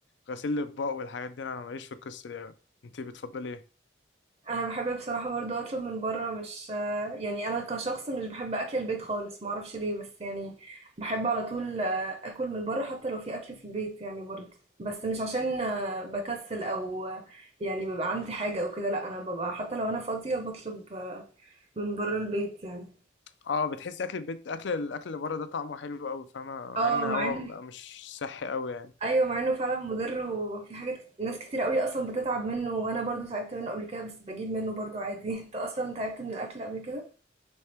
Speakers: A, on the left (about 65°); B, on the right (about 30°).
A: غسيل الاطباق والحاجات دي انا ماليش في القصه دي أوي. انتي بتفضلي ايه
B: انا بحب بصراحه برضه اطلب من بره مش يعني انا كشخص مش بحب اكل البيت خالص ما اعرفش ليه بس يعني بحب على طول آه، اكل من بره حتى لو في اكل في البيت يعني برضه بس مش عشان آه، بكسل او آه، يعني بيبقى عندي حاجه او كده لا انا ببقى حتى لو انا فاضيه بطلب آه، من بره البيت يعني
A: اه بتحسي اكل البيت اكل الاكل اللي بره ده طعمه حلو قوي فاهمه مع
B: اه
A: ان هو
B: مع ان
A: مش صحي قوي يعني
B: ايوه مع انه فعلا مضر وفي حاجات كت- ناس كتير قوي اصلا بتتعب منه وانا برضه تعبت منه قبل كده بس بجيب منه برضه عادي <laughs> انت اصلا تعبت من الاكل قبل كده